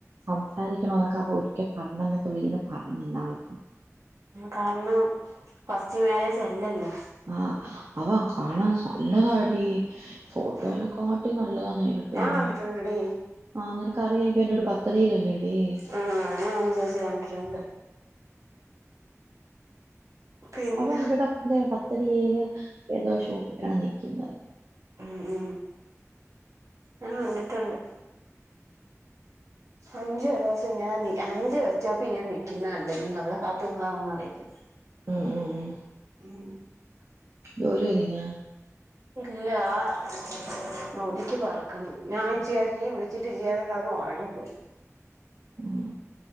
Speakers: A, on the right; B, on the right.
A: സംസാരിക്കണോ എന്നൊക്കെ അവൻ ഒരിക്ക പറഞ്ഞന്നൊക്കെ അവൾ പറഞ്ഞ് ഇന്നാള്
B: കാരണം ഫസ്റ്റ് മാരേജ് അല്ലല്ലോ
A: ആ അവൻ കാണാൻ നല്ലതാടി ഫോട്ടോയിനെ
B: ഉം
A: കാട്ടി നല്ലതാ നേരിട്ട്
B: ഞാൻ
A: കാണാൻ
B: കണ്ടിട്ടുണ്ടടി
A: ആഹ് നിനക്കറിയായിരിക്കും അവന്റെ വീട് ബത്തടിയിലല്ലേടി
B: ആ ഞാൻ അതിന് ശേഷം കണ്ടിട്ടുണ്ട് പിന്നെ
A: അവൻ ഇവിടെ ദേ പത്ത് ഡിയില് ഏതോ ഷോപ്പിലാണ് നിക്കുന്നത്
B: ഉം ഉം ഞാൻ കണ്ടിട്ടുണ്ട് അഞ്ചു ഒരു ദിവസം ഇങ്ങനെ നി അഞ്ചു ബസ്റ്റോപ്പിൽ ഇങ്ങനെ നിക്കുന്ന കണ്ട് ഇനി അവളെ കാത്ത് നിന്നതാണോന്ന് അറിയത്തില്ല
A: ഉം ഉം ഉം
B: <unintelligible>
A: ജോലി ഒന്നൂല്ലാ
B: ഇല്ല ആ ഒതുക്കി പറക്കണ് ഞാൻ ഇച്ചിരി നേരം നീ വിളിച്ചിട്ട് ചെയ്യാന്ന് കിടന്ന് ഉറങ്ങിപ്പോയി
A: ഉം